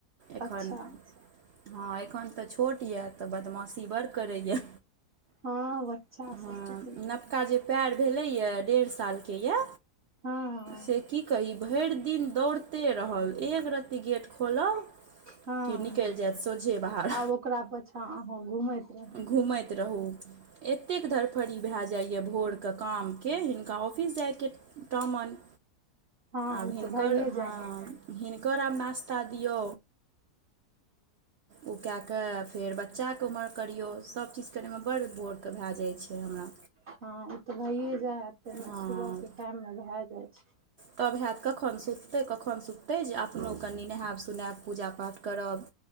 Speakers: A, on the right (about 70°); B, on the right (about 50°).
A: एखन
B: अच्छा
A: हँ एखन तऽ छोट यऽ तऽ बदमाशी बड़ करैए या
B: हँ बच्चा
A: हँ
B: सब
A: नवका जे पेर भेलैए डेढ़ सालके यए
B: हँ हँ
A: से की कही भेर दिन दौड़ते रहल एक रती गेट खोलब
B: हँ
A: की कि निकेल जायत सोझे बाहर
B: आब ओकरा पाछाँ अहाँ घुमैत रहू
A: घूमैत रहू एतेक धड़फड़ी भए जाइए भोरके कामके हिनका ऑफिस जायके टामन '
B: हँ
A: आब
B: ओ
A: हिनकर
B: तऽ भइए
A: हँ
B: जाइ हइ
A: हिनकर आब नाश्ता दियौ ओ कए कऽ फेर बच्चाकेँ ओम्हर करियौ सभचीज करयमे बड्ड बोर के भए जाइ छै हमरा
B: हँ ओ तऽ भइए जाय हय ते
A: हँ
B: सुबह के टाइम मे भए जाइ छै
A: तब हाथ कखन ते सुखतै कखन सुखतै जे अपनो कनि नहायब सुोनायब पूजा पाठ करब